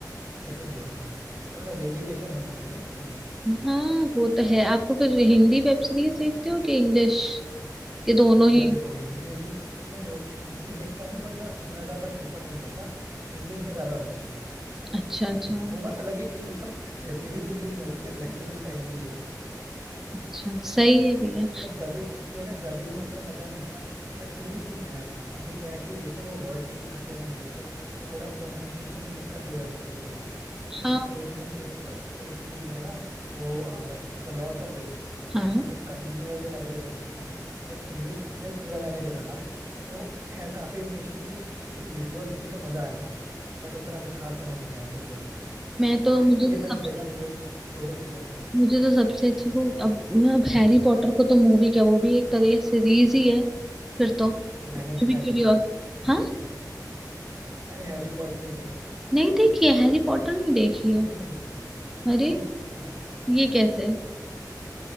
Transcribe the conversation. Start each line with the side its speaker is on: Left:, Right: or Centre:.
Right: लेकिन देखूंगा थोड़ा डेडिकेशन होना चाहिए ना इसके लिए
Centre: हाँ वो तो है आपको फिर हिंदी वेब सीरीज देखते हो कि इंग्लिश के दोनों ही
Right: यार देखो हिंदी में भी नहीं देखो हिंदी देखता हूँ बट मैं उतना ज्यादा प्रेफर नहीं करता इंग्लिश में ज्यादा देखता हूँ
Centre: अच्छा अच्छा
Right: वो बात अलग है कि मतलब वेब सीरीज इंग्लिश में होती है लैंग्वेज उसका हिंदी होता है
Centre: अच्छा सही है भैया
Right: मतलब डबिंग ये है ना डबिंग में उतना मजा नहीं आता बट फिर भी ठीक है यार अभी क्या है कि जैसे वो वर्ड्स यूज करते हैं ना इंग्लिश के तो थोड़ा प्रोनाउंसिएशन में दिक्कत हो जाती है कभी कभी
Centre: हाँ
Right: जैसे एक मु- एक एक सीरीज है ना वो द लॉर्ड्स ऑफ रिंग्स
Centre: हाँ
Right: अब उसका हिंदी वर्जन अवेलेबल नहीं है बट इंग्लिश में पूरा मैंने देखा था तो खैर काफी इंटरेस्टिंग थी क्योंकि विजुअल्स थे तो मजा आया था बट उतना कुछ खास समझ नहीं आया टू बी ऑनेस्ट
Centre: मैं तो मुझे
Right: लेकिन
Centre: तो
Right: मैंने
Centre: सबसे
Right: देखा पूरा दोनों सीजन था
Centre: मुझे तो सबसे अच्छी वो अब मैं अब हैरी पॉटर को तो मूवी क्या वो भी एक तरह सीरीज ही है फिर तो
Right: मैंने
Centre: मुझे
Right: देखा
Centre: भी क्यूरियस
Right: ही नहीं है
Centre: हाँ
Right: मैंने हैरी पॉटर नहीं देखा
Centre: नहीं देखी है हैरी पॉटर नहीं देखी है
Right: नहीं
Centre: अरे
Right: नहीं देखा
Centre: ये कैसे